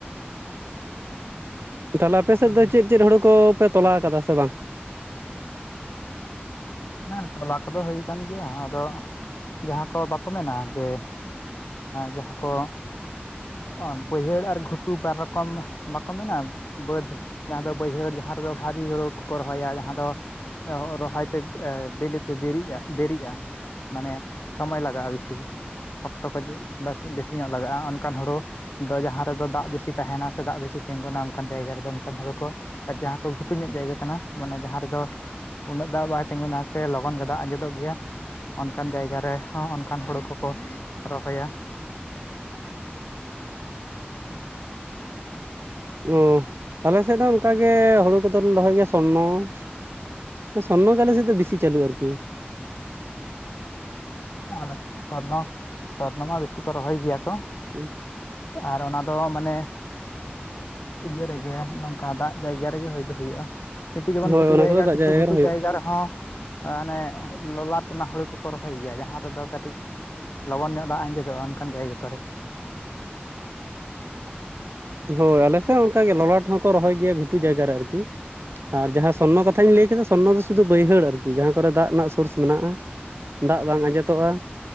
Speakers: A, on the right (about 85°); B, on the left (about 85°).
A: ᱛᱟᱦᱚᱞᱮ ᱟᱯᱮ
B: ᱚᱱᱟᱜᱮ
A: ᱥᱮᱫ ᱫᱚ ᱪᱮᱫ ᱪᱮᱫ ᱦᱩᱲᱩ ᱠᱚ ᱯᱮ ᱛᱚᱞᱟᱣ ᱟᱠᱟᱫᱟ ᱥᱮ ᱵᱟᱝ?
B: ᱦᱮᱸ ᱛᱚᱞᱟ ᱠᱚᱫᱚ ᱦᱩᱭ ᱠᱟᱱ ᱜᱮᱭᱟ ᱟᱫᱚ ᱡᱟᱦᱟᱸ ᱠᱚ ᱵᱟᱠ ᱠᱚ ᱢᱮᱱᱟ ᱡᱮ ᱡᱟᱦᱟᱸ ᱠᱚ ᱚ ᱵᱟᱹᱭᱦᱟᱹᱲ ᱟᱨ ᱜᱷᱩᱴᱩ ᱵᱟᱨ ᱨᱚᱠᱚᱢ ᱵᱟᱠᱚ ᱢᱮᱱᱟ ᱵᱟᱹᱫᱽ ᱡᱟᱦᱟᱸ ᱫᱚ ᱵᱟᱹᱭᱦᱟᱹᱲ ᱡᱟᱦᱟᱸ ᱨᱮᱫᱚ ᱵᱷᱟᱨᱤ ᱦᱩᱲᱩ ᱠᱚᱠᱚ ᱨᱚᱦᱚᱭᱟ ᱡᱟᱦᱟᱸ ᱫᱚ ᱮ ᱨᱚᱦᱚᱭ ᱛᱮ ᱵᱤᱞᱤ ᱛᱮ ᱫᱮᱨᱤᱜᱼᱟ ᱫᱮᱨᱤᱜᱼᱟ ᱾ ᱢᱟᱱᱮ ᱥᱚᱢᱚᱭ ᱞᱟᱜᱟᱜᱼᱟ ᱵᱮᱥᱤ ᱚᱠᱛᱚ ᱠᱚ ᱵᱮᱥ ᱵᱮᱥᱤ ᱧᱚᱜ ᱞᱟᱜᱟᱜᱼᱟ ᱾ ᱚᱱᱠᱟᱱ ᱦᱩᱲᱩ ᱫᱚ ᱡᱟᱦᱟᱸ ᱨᱮᱫᱚ ᱫᱟᱜ ᱵᱮᱥᱤ ᱛᱟᱦᱮᱱᱟ ᱥᱮ ᱫᱟᱜ ᱵᱮᱥᱤ ᱛᱤᱸᱜᱚᱱᱟ ᱚᱱᱠᱟᱱ ᱡᱟᱭᱜᱟ ᱨᱮᱫᱚ ᱚᱱᱠᱟᱱ ᱦᱩᱲᱩ ᱠᱚ ᱟᱨ ᱡᱟᱦᱟᱸ ᱠᱚ ᱜᱷᱩᱴᱩ ᱧᱚᱜ ᱡᱟᱭᱜᱟ ᱠᱟᱱᱟ, ᱢᱟᱱᱮ ᱡᱟᱦᱟᱸ ᱨᱮᱫᱚ ᱩᱱᱟᱹᱜ ᱫᱟᱜ ᱵᱟᱭ ᱛᱤᱸᱜᱩᱱᱟ ᱥᱮ ᱞᱚᱜᱚᱱ ᱜᱮ ᱫᱟᱜ ᱟᱸᱡᱮᱫᱚᱜ ᱜᱮᱭᱟ, ᱚᱱᱠᱟᱱ ᱡᱟᱭᱜᱟ ᱨᱮ ᱦᱚᱸ ᱚᱱᱠᱟᱱ ᱦᱩᱲᱩ ᱠᱚᱠᱚ ᱨᱚᱦᱚᱭᱟ ᱾
A: ᱚᱻ ᱟᱞᱮ ᱥᱮᱫ ᱫᱚ ᱚᱱᱠᱟ ᱜᱮ ᱦᱩᱲᱩ ᱠᱚᱫᱚ ᱞᱮ ᱨᱚᱦᱚᱭ ᱜᱮᱭᱟ ᱥᱚᱨᱱᱚ ᱾ ᱥᱨᱱᱚ ᱜᱮ ᱟᱞᱮ ᱥᱮᱫ ᱫᱚ ᱵᱮᱥᱤ ᱪᱟᱞᱩ ᱟᱨᱠᱤ ᱾
B: ᱦᱩᱸ ᱟᱞᱮ <unintelligible> ᱥᱚᱨᱱᱚ ᱥᱚᱨᱱᱚ ᱢᱟ ᱵᱮᱥᱤ ᱠᱚ ᱨᱚᱦᱚᱭ ᱜᱮᱭᱟ ᱛᱚ ᱾
A: <unintelligible>
B: ᱟᱨ ᱚᱱᱟ ᱫᱚ ᱢᱟᱱᱮ ᱤᱭᱟᱹ ᱨᱮᱜᱮ ᱱᱚᱝᱠᱟ ᱫᱟᱜ ᱡᱟᱭᱜᱟ ᱨᱮᱜᱮ ᱦᱩᱭ ᱫᱚ ᱦᱩᱭᱩᱜᱼᱟ ᱾ ᱠᱤᱱᱛᱩ ᱡᱮᱢᱚᱱ
A: ᱦᱳᱭ
B: ᱜᱷᱩᱴᱩ
A: ᱚᱱᱟ
B: ᱡᱟᱭᱜᱟ
A: ᱠᱚᱫᱚ ᱫᱟᱜ
B: ᱠᱤᱪᱷᱩ ᱜᱷᱩᱴᱩ
A: ᱨᱮ ᱦᱩᱭᱩᱜ
B: ᱡᱟᱭᱜᱟ ᱨᱮᱦᱚᱸ ᱢᱟᱱᱮ ᱞᱚᱞᱟᱴ ᱚᱱᱟ ᱦᱩᱲᱩ ᱠᱚᱠᱚ ᱨᱚᱦᱚᱭ ᱜᱮᱭᱟ ᱡᱟᱦᱟᱸ ᱨᱮᱫᱚ ᱠᱟᱹᱴᱤᱡ ᱞᱚᱜᱚᱱ ᱧᱚᱜ ᱫᱟᱜ ᱟᱸᱡᱮᱫᱚᱜᱼᱟ ᱚᱱᱠᱟᱱ ᱡᱟᱭᱜᱟ ᱠᱚᱨᱮ ᱾
A: ᱦᱳᱭ ᱟᱞᱮ ᱥᱮᱫ ᱦᱚᱸ ᱚᱱᱠᱟ ᱜᱮ ᱞᱚᱞᱟᱴ ᱦᱚᱸᱠᱚ ᱨᱚᱦᱚᱭ ᱜᱮᱭᱟ ᱜᱷᱩᱴᱩ ᱡᱟᱭᱜᱟ ᱨᱮ ᱟᱨᱠᱤ ᱾ ᱟᱨ ᱡᱟᱦᱟᱸ ᱥᱚᱨᱱᱚ ᱠᱟᱛᱷᱟᱧ ᱞᱟᱹᱭ ᱥᱚᱨᱱᱚ ᱫᱚ ᱥᱩᱫᱷᱩ ᱵᱟᱹᱭᱦᱟᱹᱲ ᱟᱨᱠᱤ ᱡᱟᱦᱟᱸ ᱠᱚᱨᱮ ᱫᱟᱜ ᱨᱮᱱᱟᱜ ᱥᱳᱨᱥ ᱢᱮᱱᱟᱜᱼᱟ ᱾ ᱫᱟᱜ ᱵᱟᱝ ᱟᱸᱡᱮᱫᱚᱜᱼᱟ,